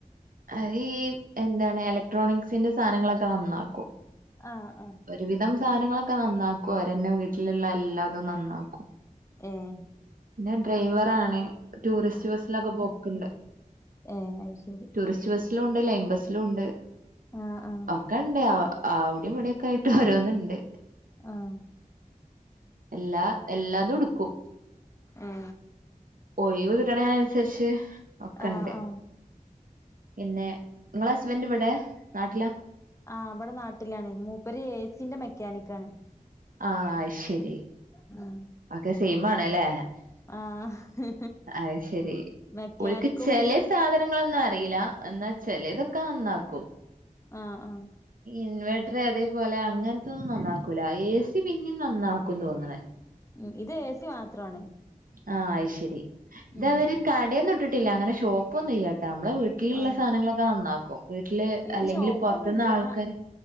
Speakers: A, on the right; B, on the left.
A: അത് ഈ എന്താണ് ഇലക്ട്രോണിക്സിന്റെ സാധനങ്ങളൊക്കെ നന്നാക്കും.
B: ആഹ് ആഹ്
A: ഒരുവിധം സാധനങ്ങളൊക്കെ നന്നാക്കും. ഓര് തന്നെ വീട്ടിലുള്ള എല്ലാതും നന്നാക്കും.
B: ഉം
A: പിന്നെ ഡ്രൈവർ ആണ് ടൂറിസ്റ്റ് ബസ്സിലൊക്കെ പോക്കണ്ട്.
B: ഏഹ് അത് ശരി.
A: ടൂറിസ്റ്റ് ബസ്സിലും ഉണ്ട്. ലൈൻ ബസ്സിലും ഉണ്ട്.
B: ആഹ് ആഹ്.
A: ഒക്ക ഉണ്ട്, അവിടെയും ഇവിടൊക്കെ ആയിട്ട് ഓരോന്നണ്ട്.
B: ആഹ്
A: എല്ലാ എല്ലാതും എടുക്കും.
B: ഏ
A: ഒഴിവ് കിട്ടണതനുസരിച്ച്. ഒക്കെണ്ട്
B: ആഹ് ആഹ്
A: പിന്നെ നിങ്ങളടെ ഹസ്ബൻഡ് ഇവിടെയാ നാട്ടിലാ
B: ആഹ് അവിടെ നാട്ടിലാണ്. മൂപ്പര് എ സിന്റെ മെക്കാനിക്ക് ആണ്.
A: ആഹ് അയ് ശരി.
B: മം
A: അതെ സെയിം ആണല്ലേ.
B: ആഹ്
A: അയ് ശരി
B: മെക്കാനിക്കും
A: ഓൾക്ക് ചെല സാധനങ്ങളൊന്നും അറിയില്ല എന്ന് വച്ചാൽ ചെലതൊക്കെ നന്നാക്കും.
B: ആഹ് ആഹ്
A: ഇൻവേർട്ടർ അതേപോലെ അങ്ങനത്തൊന്നും നന്നാക്കൂല എ സി പിന്നെയും നന്നാക്കു എന്ന് തോന്നണേ.
B: ഉം ഇത് എ സി മാത്രമാണ്.
A: ആഹ് അയ്ശരി ഇതവര്
B: ഉം
A: കടന്നും ഇട്ടിട്ടില്ല അങ്ങനെ ഷോപ്പ് ഒന്നുംല്ലാട്ടോ നമ്മളെവീട്ട് വീട്ടിലുള്ള
B: ആഹ്
A: സാധനങ്ങളൊക്കെ നന്നാക്കും വീട്ടില്
B: ഇത്
A: അല്ലെങ്കില്
B: ഷോപ്പൊന്നുല്ല
A: പൊറത്തുനിന്ന് ആൾക്കാാര്